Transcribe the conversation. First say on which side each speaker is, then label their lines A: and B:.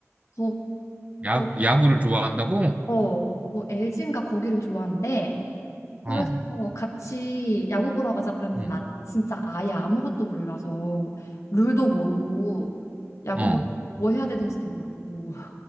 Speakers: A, on the left; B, on the right.
A: 거,
B: 야,
A: 거,
B: 야구를 좋아한다고?
A: 어, 뭐, LG인가 거기를 좋아한대.
B: 어,
A: 그래서 같이 야구 보러 가자 그랬는데,
B: 응,
A: 나 진짜 아예 아무것도 몰라서, 룰도 모르고, 야구
B: 어.
A: 보러 뭐 해야 되는지도 모르고.